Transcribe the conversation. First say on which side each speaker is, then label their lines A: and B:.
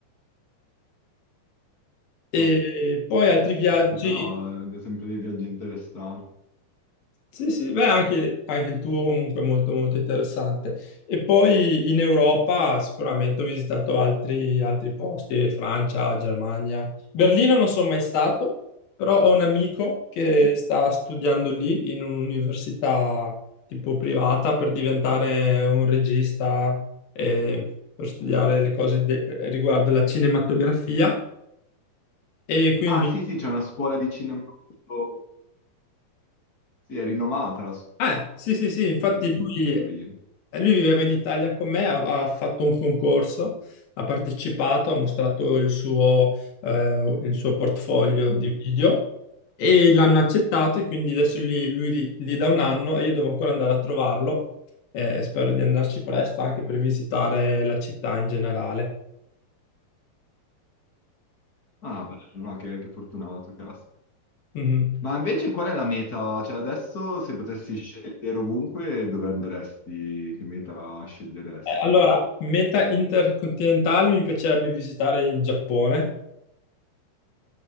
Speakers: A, on the left; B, on the left.
A: E
B: ah.
A: poi altri viaggi.
B: Aspetta, no, eh, sempre dei viaggi interessanti.
A: Sì, sì, beh, anche, anche il tuo comunque è molto, molto interessante. E poi in Europa sicuramente ho visitato altri, altri posti, Francia, Germania. Berlino non sono mai stato, però ho un amico che sta studiando lì in un'università tipo privata per diventare un regista e per studiare le cose de- riguardo la cinematografia. E quindi
B: Ah,
A: mi
B: sì, sì, c'è una scuola di cinema molto... Sì, è rinomata la... s-
A: Eh, sì, sì, sì, infatti
B: di
A: lui,
B: Berlino.
A: eh, lui viveva in Italia con me, ha, ha fatto un concorso, ha partecipato, ha mostrato il suo, eh, il suo portfolio
B: Mm.
A: di video e l'hanno accettato e quindi adesso lì- lui li, li dà un anno e io devo ancora andare a trovarlo. Eh, spero di andarci presto anche per visitare la città in generale.
B: Ah, bello, no, che, che fortunato, cazzo.
A: Mhm.
B: Ma invece qual è la meta? Cioè, adesso se potessi scegliere ovunque, dove andresti? Che meta sceglieresti?
A: Eh, Allora, meta intercontinentale mi piacerebbe visitare il Giappone.